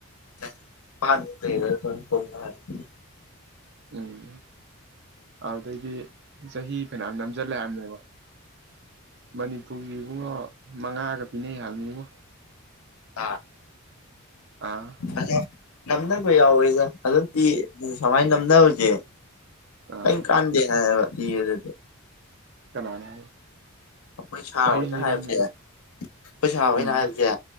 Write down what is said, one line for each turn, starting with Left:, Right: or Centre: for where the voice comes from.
Left: <unintelligible>
Right: ꯎꯝ ꯑꯗꯨꯗꯒꯤ ꯆꯍꯤ ꯐꯅꯌꯥꯝ ꯅꯝꯁꯤꯜꯂꯛꯑꯅꯤꯕ ꯃꯅꯤꯄꯨꯔꯒꯤ ꯏꯕꯨꯡꯉꯣ ꯃꯉꯥꯒ ꯄꯤꯅꯩ ꯍꯥꯏꯕꯅꯤꯉꯣ
Left: ꯍꯥ
Right: ꯑꯥ
Left: ꯐꯖꯩ ꯉꯝꯅꯕ ꯌꯥꯎꯋꯦꯗ ꯑꯗꯨꯗꯤ ꯁꯨꯃꯥꯏꯅ ꯅꯝꯅꯕꯁꯦ
Right: ꯑꯥ
Left: ꯀꯝ ꯀꯥꯟꯗꯦ ꯍꯥꯏꯌꯦꯕ
Right: ꯀꯅꯥꯅ
Left: ꯄꯩꯁꯥꯔꯣ
Right: ꯋꯥꯔꯤ ꯂꯤꯔꯝꯃꯤꯗꯣ
Left: ꯅꯪ ꯍꯥꯏꯁꯦ ꯄꯩꯁꯥꯔꯣ
Right: ꯎꯝ
Left: ꯑꯩꯅ ꯍꯥꯥꯖꯦ